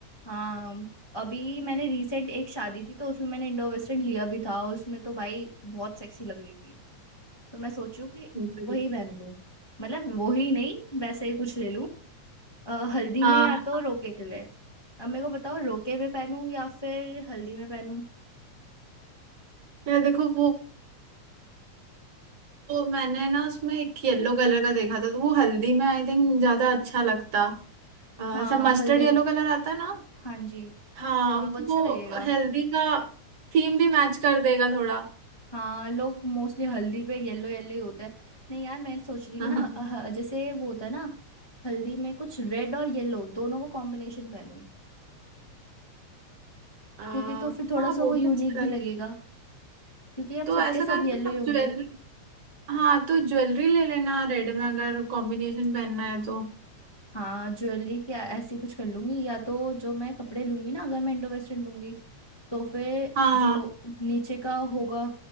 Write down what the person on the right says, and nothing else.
बिल्कुल।
हाँ
ये देखो वो तो मैंने ना उसमें एक येलो कलर का देखा था तो वो हल्दी में आई थिंक ज्यादा अच्छा लगता अ,
ऐसा मस्टर्ड
येलो कलर आता है ना
हाँ
तो वो
हल्दी का थीम भी मैच कर देगा थोड़ा
<laughs>
हाँ
अ, हाँ
वो
भी
अच्छा
लगेगा
तो
ऐसा
करना
ना
ज्वेलरी हाँ तो ज्वेलरी ले लेना रेड में अगर कॉम्बिनेशन पहनना है तो
हाँ